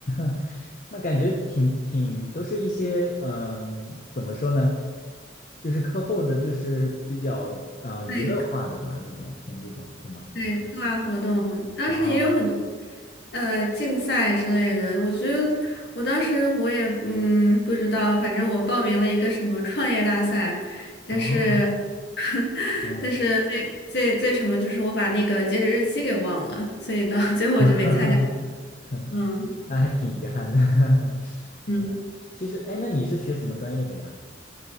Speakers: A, on the left; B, on the left.
A: <laughs> 那感觉挺挺都是一些嗯，怎么说呢，就是课后的，就是比较呃娱乐化的吧，
B: 对。
A: 那种偏这种是吗？
B: 对，课外活动，当时也有很多，
A: 啊
B: 呃，竞赛之类的。我觉得我当时我也嗯不知道，反正我报名了一个什么创业大赛，但是
A: 哦，
B: <laughs>
A: 嗯，
B: 但是最最最什么就是我把那个截止日期给忘了，所以到 <laughs> 最后我就没参加。
A: <laughs>
B: 嗯
A: 那还挺遗憾的。<laughs>
B: 嗯，
A: 呃，其实哎，那你是学什么专业的呀？